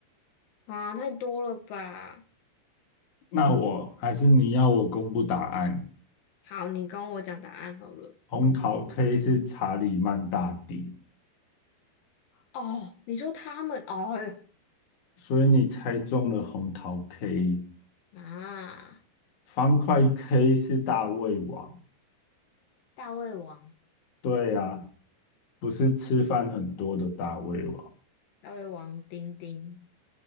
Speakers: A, on the left; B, on the left.
A: 啊？太多了吧？
B: 那我还是你要我公布答案，
A: 好，你跟我讲答案好了。
B: 红桃 K 是查理曼大帝，
A: 哦，你说他们，哦呦，
B: 所以你猜中了红桃 K，
A: 啊，
B: 方块 K 是大胃王。
A: 大胃王、
B: 对呀、不是吃饭很多的大胃王，
A: 大胃王丁丁、